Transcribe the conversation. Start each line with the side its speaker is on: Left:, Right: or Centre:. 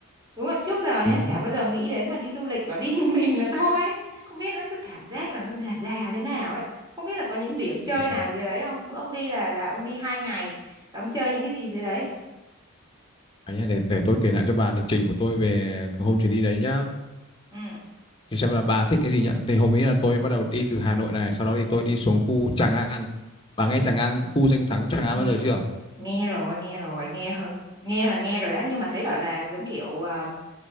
Right: đúng là trước giờ nhá
Left: Ừm,
Right: chả bao giờ nghĩ đến mà đi du lịch bảo đi <laughs> Ninh Bình là thôi ấy. không biết nó cứ cảm giác là nó già già thế nào ấy không biết là có những điểm chơi
Left: Ừ.
Right: nào dưới đấy không bữa ông đi là là ông đi hai ngày là ông chơi những cái gì dưới đấy
Left: À, nhá, để để tôi kể lại cho bà lịch trình của tôi về hôm chuyến đi đấy nhá.
Right: ừ
Left: thì xem là bà thích cái gì nhá thì hôm ấy là tôi bắt đầu đi từ Hà Nội này sau đó thì tôi đi xuống khu Tràng An bà nghe Tràng An khu danh thắng Tràng An
Right: Ừ,
Left: bao giờ chưa
Right: nghe rồi, nghe rồi, nghe hơn, nghe là nghe rồi đó, nhưng mà thấy bảo là giống kiểu à,